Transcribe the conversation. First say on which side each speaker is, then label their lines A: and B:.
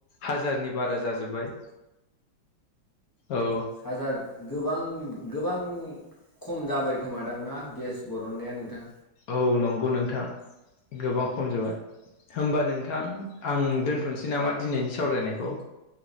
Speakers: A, on the left (about 65°); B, on the left (about 25°).
A: हाजारनि बारा जाजोब्बाय। औ।
B: हाजार गोबां। गोबां खम जाबाय खोमादां ना गेस बरननाया नोंथां।
A: औ नंगौ नोंथां गोबां खम जोबाय। होमबा नोंथां आं दोनथ'नोसै नामा दिनैनि सावरायनायखौ।